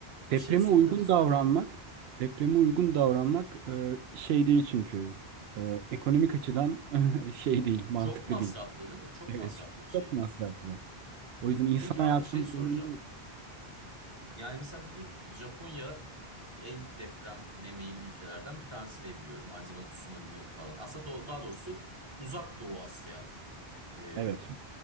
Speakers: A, on the right; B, on the right.
A: Depreme
B: şey sormak
A: uygun
B: istiyorum
A: davranmak,
B: abi
A: depreme uygun davranmak e, şey değil çünkü. E, ekonomik açıdan <laughs> şey değil, mantıklı
B: çok masraflı
A: değil.
B: değil mi çok
A: Evet.
B: masraflı bir şey.
A: Çok masraflı. O yüzden insan
B: Peki
A: hayatının
B: abi şey soracağım.
A: bir önemi yok.
B: Yani mesela bugün Japonya en depreme meyilli ülkelerden bir tanesi diye biliyorum. Aynı zamanda tsunami falan. Aslında do- daha doğrusu Uzak Doğu Asya e,
A: Evet,